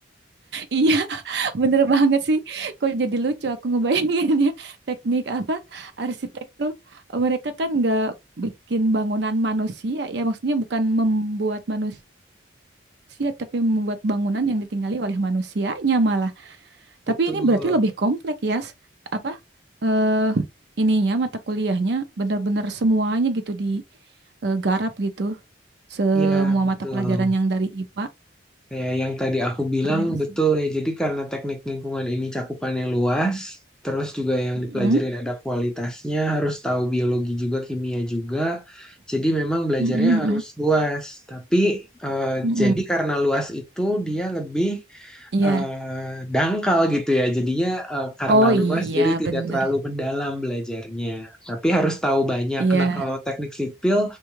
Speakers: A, on the right; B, in the centre.
A: Iya, <laughs> bener banget sih. Kok jadi lucu aku ngebayanginnya <laughs> teknik apa arsitek tuh eh, mereka kan nggak bikin bangunan manusia ya maksudnya bukan membuat manusia manusia, tapi membuat bangunan yang ditinggali oleh manusianya malah.
B: Betul.
A: Tapi ini berarti lebih kompleks ya, s- apa eh ininya mata kuliahnya benar-benar semuanya gitu digarap gitu. Semua
B: Iya, betul.
A: mata pelajaran yang dari IPA
B: Ya, yang tadi aku bilang
A: keren sih.
B: betul ya. Jadi karena teknik lingkungan ini cakupannya luas, terus juga yang dipelajarin
A: Mm-mm,
B: ada kualitasnya, harus tahu biologi juga, kimia juga. Jadi memang belajarnya
A: mm-mm, mm-mm,
B: harus luas. Tapi eh,
A: mm-mm.
B: jadi karena luas itu dia lebih
A: Iya.
B: eh, dangkal gitu ya. Jadinya eh, karena
A: Oh iya,
B: luas jadi tidak
A: bener.
B: terlalu mendalam belajarnya. Tapi harus tahu banyak.
A: Iya.
B: Nah, kalau teknik sipil